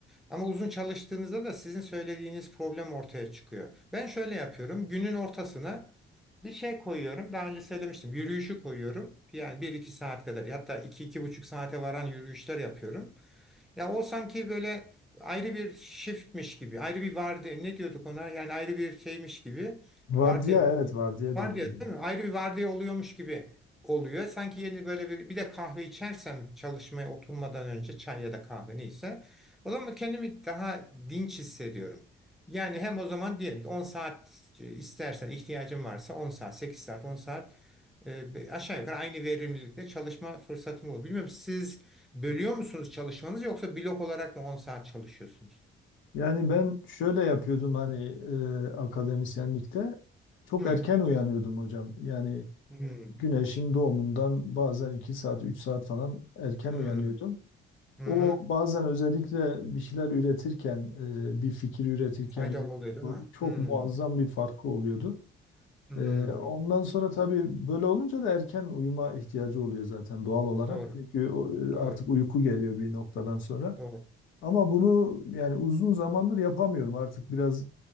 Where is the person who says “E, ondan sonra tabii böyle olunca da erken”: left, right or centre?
Left